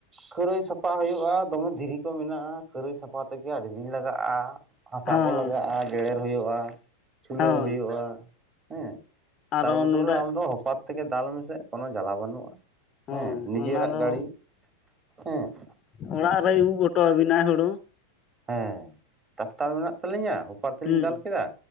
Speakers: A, on the right; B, on the left.
A: ᱠᱷᱟᱹᱨᱟᱹᱭ ᱥᱟᱯᱟ ᱦᱩᱭᱩᱜ-ᱟ, ᱫᱚᱢᱮ ᱫᱷᱤᱨᱤ ᱠᱚ ᱢᱮᱱᱟᱜ-ᱟ ᱠᱷᱟᱹᱨᱟᱹᱭ ᱥᱟᱯᱷᱟ ᱛᱮᱜᱮ ᱟᱹᱰᱤ ᱫᱤᱱ ᱞᱟᱜᱟᱜ-ᱟ᱾ ᱦᱟᱥᱟ
B: ᱦᱮᱸ
A: ᱠᱚ ᱞᱟᱜᱟᱜᱼᱟ, ᱜᱮᱰᱮᱨ ᱦᱳᱭᱳᱜᱼᱟ, ᱪᱷᱩᱞᱟᱹᱣ
B: ᱦᱮᱸ
A: ᱦᱳᱭᱳᱜᱼᱟ ᱦᱮᱸ᱾
B: ᱟᱨᱚ
A: ᱛᱟᱨ ᱵᱚᱫᱚᱞᱮ
B: ᱱᱚᱰᱮ
A: ᱟᱢᱫᱚ ᱦᱚᱯᱟᱨᱛᱮᱜᱮ ᱫᱟᱞ ᱢᱮᱥᱮ ᱠᱳᱱᱳ ᱡᱟᱞᱟ ᱵᱟᱹᱱᱩᱜᱼᱟ᱾
B: ᱦᱮᱸ
A: ᱱᱤᱡᱮᱨᱟᱜ
B: ᱚᱱᱟ ᱫᱚ
A: ᱜᱟᱹᱲᱤ ᱦᱮᱸ
B: ᱚᱲᱟᱜ ᱨᱮᱭ ᱩᱵ ᱦᱚᱴᱚᱵᱤᱱᱟᱭ ᱦᱳᱲᱳ᱾
A: ᱦᱮᱸ ᱴᱟᱠᱴᱟᱨ ᱢᱮᱱᱟᱜ ᱛᱟᱞᱤᱧᱟ ᱦᱚᱯᱟᱨ ᱛᱮᱞᱤᱧ
B: ᱦᱩᱸ
A: ᱫᱟᱞ ᱠᱮᱫᱟ,